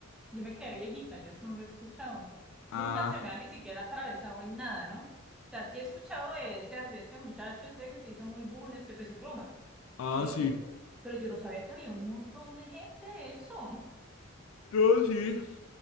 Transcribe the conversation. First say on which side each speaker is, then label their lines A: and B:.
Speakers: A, in the centre; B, on the left (about 70°).
A: Yo me quedé viejita, yo eso no lo he escuchado.
B: Ah,
A: Nunca se me ha ni siquiera atravesado en nada, ¿no? O sea, sí he escuchado de, ese, de este muchacho, este que se hizo muy boom, este Peso Pluma,
B: ah,
A: el
B: sí.
A: único. Pero yo no sabía que había un montón de gente de eso.
B: No, sí.